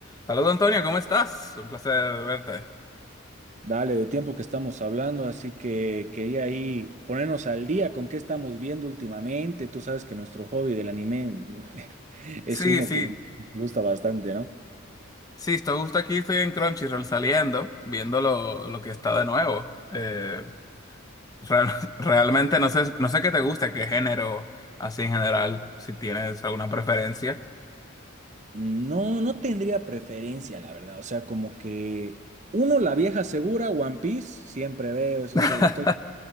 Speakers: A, on the left; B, on the right.
A: Saludos Antonio, ¿cómo estás? Un placer verte.
B: Dale, de tiempo que estamos hablando, así que quería ahí ponernos al día con qué estamos viendo últimamente. Tú sabes que nuestro hobby del anime <laughs> es
A: Sí,
B: uno
A: sí,
B: que nos gusta bastante, ¿no?
A: sí, estoy justo aquí, estoy en Crunchyroll saliendo, viendo lo, lo que está de nuevo. Eh, real- <laughs> realmente no sé, no sé qué te gusta, qué género, así en general, si tienes alguna preferencia.
B: No, no tendría preferencia, la verdad. O sea, como que uno, la vieja segura, One Piece, siempre veo, eso
A: <laughs>
B: estoy, estoy,